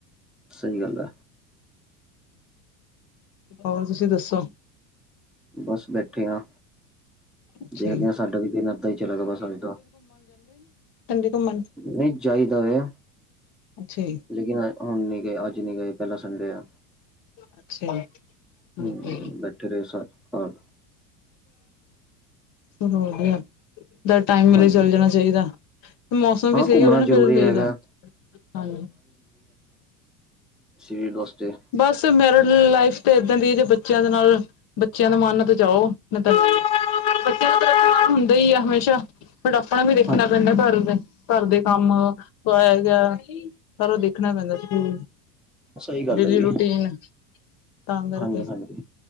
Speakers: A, in the centre; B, on the left.
A: ਸਹੀ ਗੱਲ ਹੈ।
B: ਹੋਰ ਤੁਸੀਂ ਦੱਸੋ?
A: ਬਸ ਬੈਠੇ ਹਾਂ।
B: ਅੱਛਾ
A: ਦੇਖਦੇ
B: ਜੀ
A: ਹਾਂ ਸਾਡਾ ਵੀ ਦਿਨ ਐਦਾ ਹੀ ਚਲਾ ਗਿਆ ਬਸ ਅੱਜ ਦਾ।
B: ਏਦੀ ਘੁੰਮਣ
A: ਨਹੀਂ ਜਯੇਦਾ ਏ
B: ਅੱਛਾ ਜੀ
A: ਲੇਕਿਨ ਅ ਹੁਣ ਨੀ ਗਏ ਅੱਜ ਨੀ ਗਏ ਪਹਿਲਾਂ ਸੰਡੇ ਆ।
B: ਅੱਛਾ ਜੀ ਠੀਕ
A: ਹਮ
B: ਹੈ ਜੀ
A: ਬੈਠੇ ਰਹੇ ਸਾਰੇ
B: ਚੱਲੋ ਵਧੀਆ ਜਦ ਟਾਈਮ ਮਿਲੇ
A: ਹਾਂਜੀ
B: ਚੱਲ ਜਾਣਾ ਚਾਹੀਦਾ। ਮੋਸਮ ਵੀ
A: ਹਾਂ
B: ਸਹੀ
A: ਘੁੰਮਣਾ
B: ਹੋਵੇ ਨਾ
A: ਜ਼ਰੂਰੀ
B: ਫਿਰ ਸਹੀ
A: ਹੈਗਾ
B: ਦਾ। ਹਾ
A: ਸੈਲ ਵਾਸਤੇ
B: ਬਸ ਮੈਰਿਡ ਲਾਈਫ ਤੇ ਇੱਦਾਂ ਦੀ ਜੇ ਬੱਚਿਆਂ ਦੇ ਨਾਲ ਬੱਚਿਆਂ ਦਾ ਮਨ ਆ ਤੇ ਜਾਓ ਮੈਂ ਨਹੀਂ ਤਾਂ ਨਹੀਂ ਬੱਚਿਆ ਹੁੰਦਾ ਈ ਆ ਹਮੇਸ਼ਾ ਬਟ ਆਪਣਾ ਵੀ ਦੇਖਣਾ
A: ਹਾਂ
B: ਪੈਂਦਾ ਘਰ ਦੇ ਘਰ ਦੇ ਕੰਮ ਕੋਈ ਆਇਆ ਗਿਆ ਸਾਰਾ ਦੇਖਣਾ ਪੈਂਦਾ ਸੀ
A: ਸਹੀ ਗੱਲ
B: ਡੇਲੀ
A: ਹੈ ਜੀ
B: ਰੂਟੀਨ ਤਾਂ ਕਰਕੇ
A: ਹਾਂਜੀ ਹਾਂਜੀ